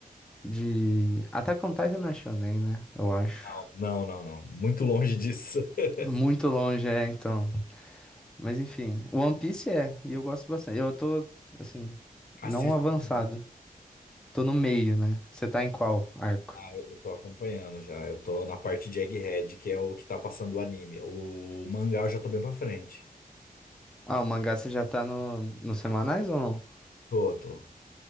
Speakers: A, in the centre; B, on the left.
A: de... Attack on Titan não é shonen, né? Eu acho.
B: Não, não, não, não. Muito longe disso. <laughs>
A: Muito longe, é, então. Mas enfim, One Piece é, e eu gosto bastante. Eu tô, assim,
B: Assisto
A: não avançado.
B: também.
A: Tô no meio, né? Você tá em qual arco?
B: Ah, eu, eu tô acompanhando já. Eu tô na parte de Egghead, que é o que tá passando o anime. O mangá eu já tô bem pra frente.
A: Ah, o mangá você já tá no, nos semanais ou não?
B: Tô, tô.